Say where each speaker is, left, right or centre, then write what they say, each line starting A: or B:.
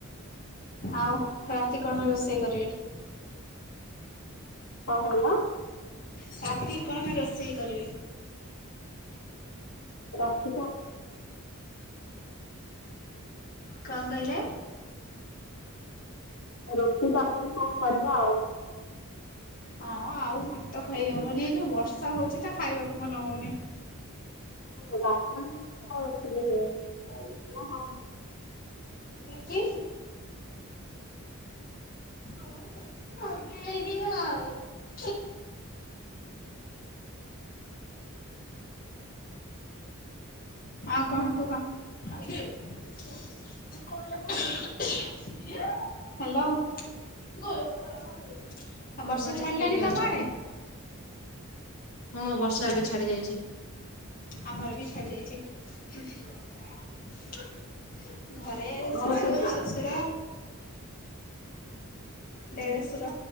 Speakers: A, on the left; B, on the left.
A: ଆଉ ରାତି କଣ ରୋଷେଇ କରିବେ?
B: କଣ କହିଲ?
A: ରାତିକି କଣ ରୋଷେଇ କରିବେ?
B: ରାତିକ
A: କଣ କହିଲେ?
B: ରୁଟି ତରକାରି କଣ କରିବା ଆଉ?
A: ହଁ ଆଉ ଭାତ ଖାଇ ହବନି ଏ ଯୋଉ ବର୍ଷା ହଉଛି ତ ଖାଇବାକୁ ମନ ହଉନି।
B: <unintelligible>
A: କି <unintelligible> <unintelligible> <unintelligible> ଆଉ କଣ କୁହ? <unintelligible> ହାଲୋ। <unintelligible>
B: ଆଉ
A: ବର୍ଷା
B: ଘରେ
A: ଛାଡିଲାଣି
B: କିଏ କିଏ ଅଛନ୍ତି?
A: ତମ ଆଡେ।
B: ହଁ ବର୍ଷା ଏବେ
A: ଘରେ
B: ଛାଡି ଯାଇଛି।
A: ଆମର ବି ଛାଡି ଯାଇଛି। <inaudible> ଘରେ
B: ଘର
A: ଶାଶୁ
B: କୋଉଠି?
A: ଶଶୁର ଦେଢସୁର